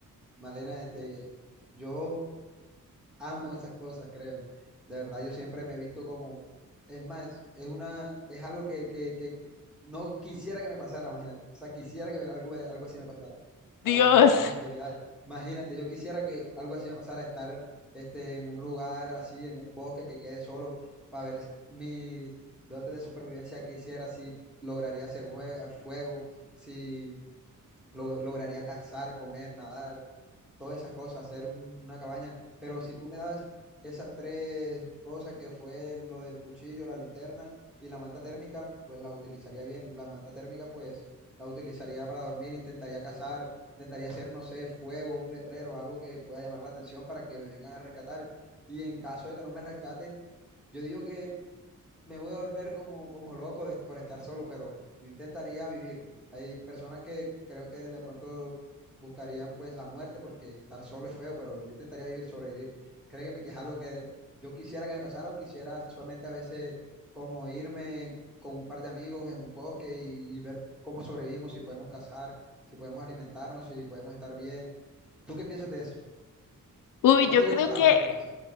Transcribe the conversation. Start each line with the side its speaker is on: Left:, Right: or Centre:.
Centre: Malena, este, yo amo esas cosas, créeme. De verdad, yo siempre me he visto como, es más, es una, es algo que, que, que no quisiera que me pasara, imagínate. O sea, quisiera que me- algo, algo así me pasara para
Left: Dios,
Centre: probar mis habilidades. Imagínate, yo quisiera que algo así me pasara, estar este, en un lugar así, en un bosque que quede solo, para ver mi dote de supervivencia que hiciera, si lograría hacer jue- fuego, si lo- lograría cazar, comer, nadar todas esas cosas, hacer un- una cabaña. Pero si tú me das esas tres cosas que fue lo del cuchillo, la linterna y la manta térmica, pues las utilizaría bien. La manta térmica, pues la utilizaría para dormir, intentaría cazar, intentaría hacer, no sé, fuego, un letrero, algo que pueda llamar la atención para que me vengan a rescatar. Y en caso de que no me rescaten, yo digo que me voy a volver como, como loco de- por estar solo, pero yo intentaría vivir. Hay personas que creo que de pronto buscarían pues la muerte porque estar solo es feo, pero yo intentaría vivir, sobrevivir. Créeme que es algo que yo quisiera que me pasara o quisiera solamente a veces como irme con un par de amigos en un bosque y, y ver cómo sobrevivimos, si podemos cazar, si podemos alimentarnos, si podemos estar bien. ¿Tú qué piensas de eso?
Left: <laughs> uy,
Centre: ¿No
Left: yo
Centre: te gustan
Left: creo
Centre: las
Left: que
Centre: aventuras?